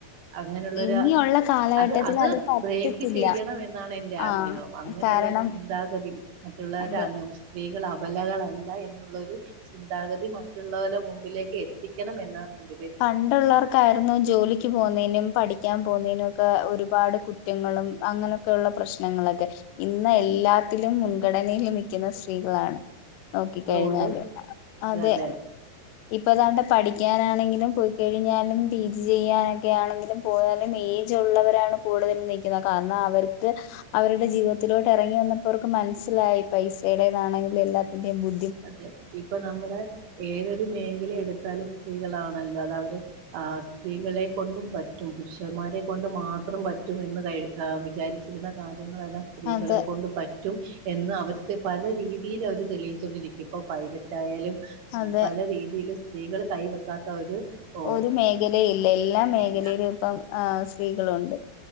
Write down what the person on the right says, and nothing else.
അങ്ങനെയുള്ളൊര
അത് അത്
ബ്രേക്ക് ചെയ്യണം എന്നാണ് എന്റെ
ആഗ്രഹം. അങ്ങനെയുള്ളൊരു
ചിന്താഗതി മറ്റുള്ളവരുടെ
അങ് സ്ത്രീകൾ അപലകളല്ല എന്നുള്ളൊരു ചിന്താഗതി മറ്റുള്ളോലെ മുമ്പിലേക്ക് എത്തിക്കണമെന്നാണ് എന്നാണെ
അത് ഓരോ
അത്
അതെ ഇപ്പൊ നമ്മുടെ ഏതൊരു മേഖലെടുത്താലും സ്ത്രീകളാണല്ലോ അതവര് ആഹ് സ്ത്രീകളെ കൊണ്ടും പറ്റും പുരുഷന്മാരെ കൊണ്ടും മാത്രം പറ്റും എന്ന് കയ് വിചാരിച് യ്ണ കാര്യങ്ങളെല്ലാം സ്ത്രീകളെ
കൊണ്ട് പറ്റും എന്ന് അവർത് പല രീതീലവര് തെളിയി ച്ചോണ്ടിരിക്കും. ഇപ്പൊ പൈലറ്റായാലും
പല രീതിലും സ്ത്രീകൾ കൈ വെക്കാത്താ ഒരു ഓ
മേഖലയില്ല.